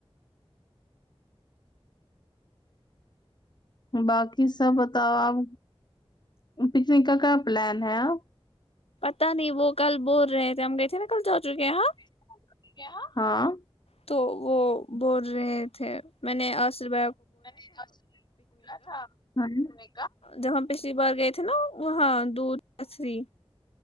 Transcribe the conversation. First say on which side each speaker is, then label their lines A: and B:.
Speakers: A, on the left (about 45°); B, on the left (about 75°).
A: باقی سب بتاؤ آپ پکنک کا کیا پلان ہے آپ
B: پتا نہیں وہ کل بول رہے تھے ہم گئے تھے نا کل جا چکے ہیں ہاں
A: چھوٹی کیا ہاں
B: تو وہ بول رہے تھے میں نے آصر ب
A: میں نے کو بلا تھا میں
B: جب ہم پچھلی بار گئے تھے نا وہاں دھ تری